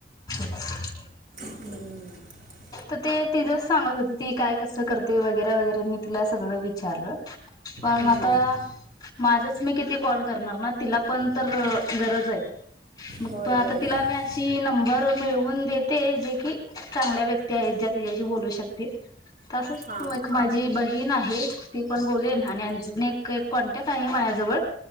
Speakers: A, on the left; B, on the right.
A: <inaudible>
B: हम्म.
A: त ते तिझ सांगत होते ती काय कसं करते वगैरे वगैरे मी तिला सगळं विचारलं. पण
B: हं.
A: आता- माझंच मी किती कॉल करणार ना तिला पण तर गरज आहे. मग
B: होय
A: आता
B: बरोबर
A: तिला
B: आहे
A: मी अशी नंबर- मीळवून देेत जे की- चांगल्या व्यक्ती आहेत ज्या तिच्याशी बोलू शकतील. तसच
B: हां
A: तू एक माझी बहीण- तीन आहे. ती पण बोलेल
B: हं,
A: आणि अजून एक- कॉन्टॅक्ट आहे मायाजवळ